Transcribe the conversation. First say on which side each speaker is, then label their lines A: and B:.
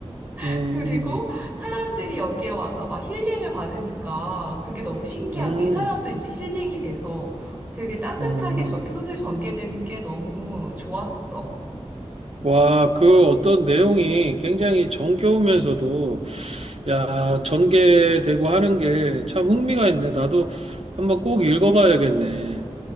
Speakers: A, on the right; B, on the right.
A: <laughs>
B: 음,
A: 그리고 사람들이 여기에 와서 막 힐링을 받으니까 그게 너무 신기하고,
B: 음,
A: 이 사람도 이제 힐링이 돼서 되게 따뜻하게
B: 음.
A: 저 소설이 전개되는 게 너무 좋았어.
B: 와, 그 어떤 내용이 굉장히 정겨우면서도, 야, 전개되고 하는 게 참 흥미가 있네. 나도 한번 꼭 읽어봐야겠네.